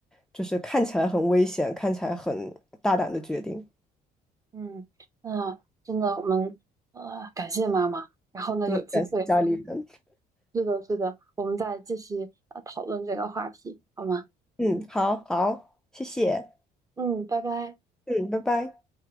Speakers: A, in the centre; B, on the right.
A: 就是看起来很危险、看起来很大胆的决定。
B: 嗯，那真的我们呃感谢妈妈，然后呢有机会，
A: 对，感谢家里人。
B: 是的，是的，我们再继续呃讨论这个话题，好吗？
A: 嗯，好好，谢谢。
B: 嗯，拜拜。
A: 嗯，拜拜。